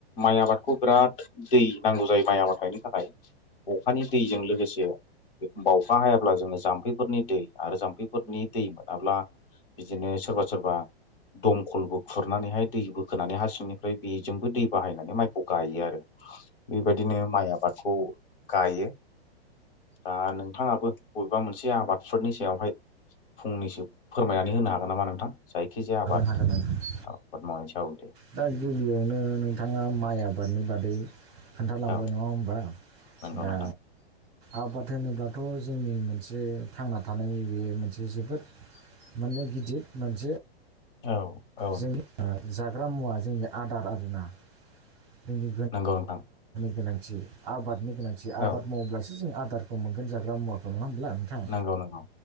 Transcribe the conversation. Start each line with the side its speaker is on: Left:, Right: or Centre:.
Left: माइ आबादखौ बिराद दै नांगौ जायो माइ आबाद गायनो थाखाय अखानि दैजों लोगोसे एखनबा अखा हायाब्ला जोंङो जाम्फैफोरनि दै आरो जाम्फैफोरनि दै मोनाब्ला बिदिनो सोरबा सोरबा दमखलबो खुरनानैहाय दै बोखोनानै हा सिंनिफ्राय बेजोंबो दै बाहायनानै माइखौ गायो आरो बेबायदिनो माइ आबादखौ गायो। दा नोंथाङाबो बबेबा मोनसे आबादफोरनि सायावहाय फंनैसो फोरमायनानै होनो हागोन नामा नोंथां जायखिजाया आबाद
Right: हागोन नोंथां
Left: आबाद मावनायनि सायाव दे
Right: दा गिबियावनो नोंथाङा माइ आबादनि बाद दै खोन्थालांबाय
Left: औ
Right: नङा होमबा
Left: नंगौ
Right: दा
Left: नोंथां
Right: आबाद होनोब्लाथ' जोंनि मोनसे थांना थानायनि बेयो मोनसे जोबोद माने गिदिर मोनसे
Left: औ औ
Right: जोंनि ओ, जाग्रा मुवा जोंनि आदार आबादनि
Left: नंगौ नोंथां
Right: गोनांथि आबाद
Left: औ
Right: मावोब्लासो जों आदारखौ मोनगोन जाग्रा मुवाखौ न' ना नोंथां
Left: नंगौ नंगौ